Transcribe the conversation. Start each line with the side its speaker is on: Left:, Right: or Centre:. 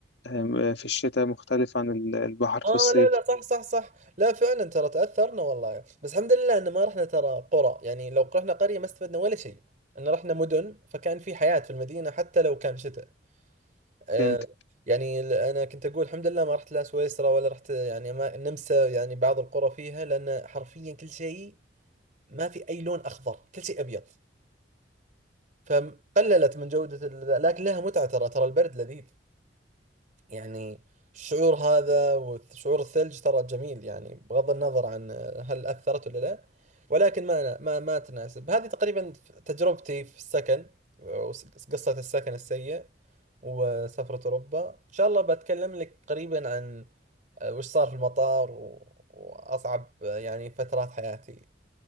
Left: آم، في الشتاء مختلف عن ال- البحر
Right: اه
Left: في الصيف
Right: لا لا صح صح صح لا فعلا ترى تأثرنا والله بس الحمد لله ان ما رحنا ترى قرى يعني لو رحنا قرية ما استفدنا ولا شيء ان رحنا مدن فكان في حياة في المدينة حتى لو كان شتاء آه
Left: فهمت
Right: يعني ال- انا كنت اقول الحمد لله ما رحت لا سويسرا ولا رحت يعني ما النمسا يعني بعض القرى فيها لان حرفيا كل شيء ما في اي لون اخضر كل شيء ابيض فقللت من جودة ال- لكن لها متعة ترى ترى البرد لذيذ يعني الشعور هذا وشعور الثلج ترى جميل يعني بغض النظر عن هل أثرت ولا لا ولكن ما ما ما تناسب هذه تقريبا تجربتي في السكن قصة السكن السيء وسفرة أوروبا إن شاء الله بتكلم لك قريبا عن آه، وش صار في المطار و... وأصعب آه، يعني فترات حياتي